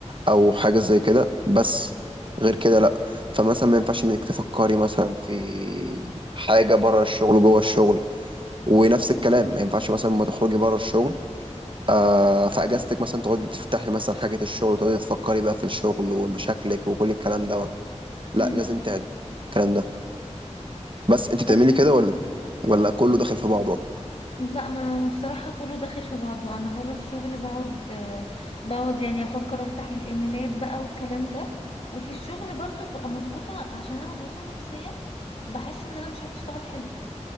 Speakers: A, on the right; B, on the left.
A: أو حاجة زي كده بس غير كده لا فمثلا ما ينفعش إنك تفكري مثلا في حاجة بره الشغل جوه الشغل ونفس الكلام ما ينفعش مثلا ما تخرجي بره الشغل آه في اجازتك مثلا تقعدي تفتحي مثلا حاجة الشغل وتقعدي تفكري بقى في الشغل ومشاكلك وكل الكلام ده لا
B: امم
A: لازم تعد الكلام ده بس انت
B: طب
A: بتعملي كده ولا ولا كله
B: مم.
A: داخل في بعضه
B: لا ما أنا الصراحه كله داخل في بعضه انا بره الشغل بقعد بقعد يعني افكر افتح الايميلات بقى والكلام ده وفي الشغل برضو ببقى مضغوطه عشان انا مضغوطه نفسيا بحس ان انا مش عارفه اشتغل حلو